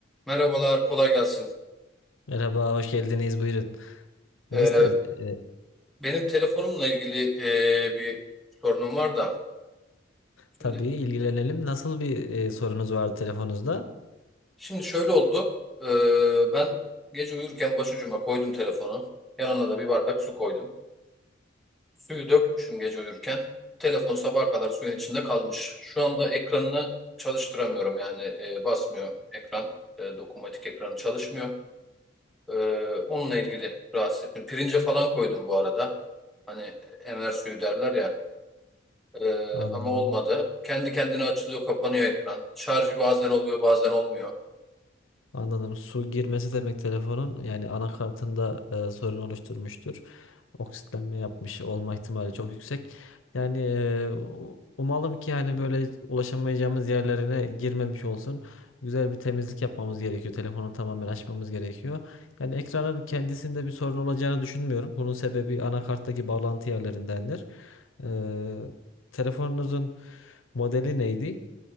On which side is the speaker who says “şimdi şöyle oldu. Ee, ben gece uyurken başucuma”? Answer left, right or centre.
Centre